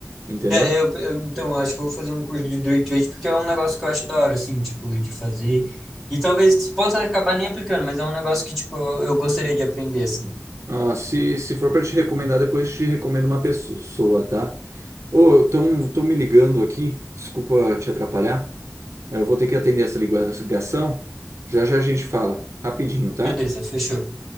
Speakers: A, on the right (about 70°); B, in the centre.
A: entendeu?
B: É, eu, eu- então, eu acho que eu vou fazer um curso de day trade porque é um negócio que eu acho da hora, assim, tipo, de fazer. E talvez possa acabar nem aplicando, mas é um negócio que, tipo, eu eu gostaria de aprender, assim.
A: Ah, se, se for para te recomendar, depois te recomendo uma pessoa, tá? Ô, estão tão me ligando aqui. Desculpa te atrapalhar. Eu vou ter que atender essa ligação. Já já a gente fala. Rapidinho, tá?
B: Beleza, fechou.